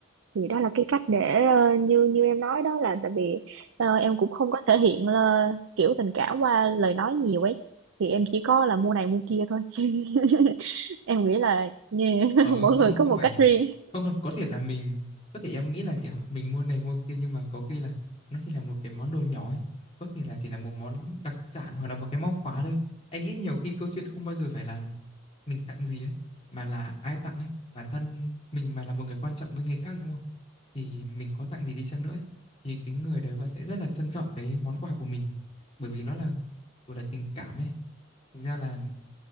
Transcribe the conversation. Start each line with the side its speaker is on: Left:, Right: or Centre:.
Right: thì đó là cái cách để ờ, như như em nói đó là tại vì ờ, em cũng không có thể hiện là kiểu tình cảm qua lời nói nhiều ấy thì em chỉ có là mua này mua kia thôi <laughs> em nghĩ là yeah,
Left: Ờ
Right: <laughs> mỗi
Left: không
Right: người có
Left: không
Right: một
Left: phải
Right: cách riêng
Left: không đâu có thể là mình có thể em nghĩ là kiểu mình mua này mua kia nhưng mà có khi là nó chỉ là một cái món đồ nhỏ ấy có thể là chỉ là một món đặc sản hoặc là một cái móc khóa thôi anh nghĩ nhiều khi câu chuyện không bao giờ phải là mình tặng gì ấy mà là ai tặng ấy bản thân mình mà là một người quan trọng với người khác đúng không thì mình có tặng gì đi chăng nữa ấy, thì cái người đấy vẫn sẽ rất là trân trọng cái món quà của mình bởi vì nó là gọi là tình cảm ấy thành ra là